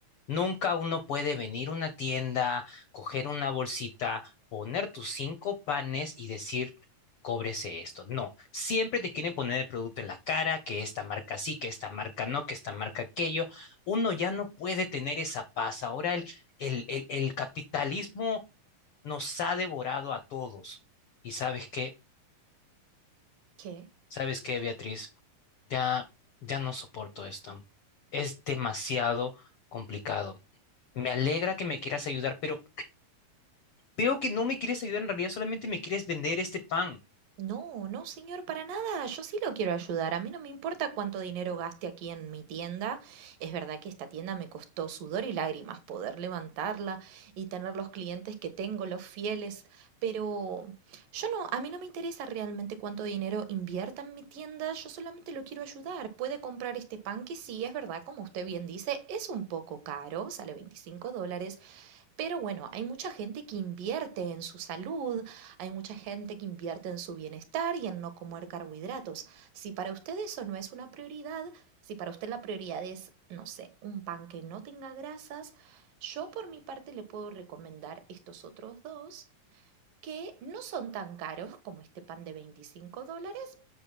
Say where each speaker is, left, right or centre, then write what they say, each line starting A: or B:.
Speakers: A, on the left; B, on the right.
A: Nunca uno puede venir a una tienda, coger una bolsita, poner tus cinco panes y decir, cóbrese esto. No, siempre te quieren poner el producto en la cara, que esta marca sí, que esta marca no, que esta marca aquello. Uno ya no puede tener esa paz. Ahora el, el, el, el capitalismo nos ha devorado a todos. ¿Y sabes qué?
B: ¿qué?
A: ¿Sabes qué, Beatriz? Ya, ya no soporto esto. Es demasiado complicado. Me alegra que me quieras ayudar, pero Veo que no me quieres ayudar en realidad, solamente me quieres vender este pan.
B: No, no, señor, para nada. Yo sí lo quiero ayudar. A mí no me importa cuánto dinero gaste aquí en mi tienda. Es verdad que esta tienda me costó sudor y lágrimas poder levantarla y tener los clientes que tengo, los fieles, pero yo no, a mí no me interesa realmente cuánto dinero invierta en mi tienda. Yo solamente lo quiero ayudar. Puede comprar este pan que sí, es verdad, como usted bien dice, es un poco caro, sale 25 dólares, pero bueno, hay mucha gente que invierte en su salud, hay mucha gente que invierte en su bienestar y en no comer carbohidratos. Si para usted eso no es una prioridad, si para usted la prioridad es, no sé, un pan que no tenga grasas, yo por mi parte le puedo recomendar estos otros dos que no son tan caros como este pan de 25 dólares,